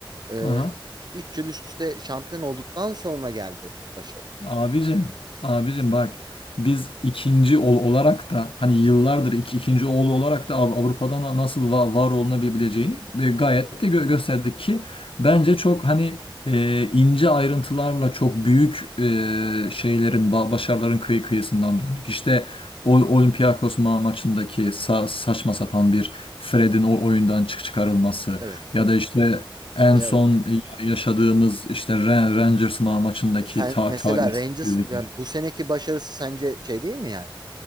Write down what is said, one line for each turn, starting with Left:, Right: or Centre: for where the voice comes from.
Right: e,
Left: Aha.
Right: 3 yıl üst üste şampiyon olduktan sonra geldi başarı.
Left: Abicim, abicim bak biz ikinci oğul olarak da hani yıllardır iki, ikinci oğlu olarak da Av- Avrupa'dan da nasıl va- var olunabileceğini e, gayet de gö- gösterdik ki bence çok hani e, ince ayrıntılarla çok büyük e, şeylerin ba- başarıların kıyı kıyısından döndük. İşte o Olympiakos ma- maçındaki sa- saçma sapan bir Fred'in o oyundan çık çıkarılması
Right: Evet.
Left: ya da işte en
Right: ya.
Left: son yaşadığımız işte Ra- Rangers ma- maçındaki
Right: Sen
Left: ta
Right: mesela
Left: talihsizlik.
Right: Rangers yani bu seneki başarısı sence şey değil mi yani?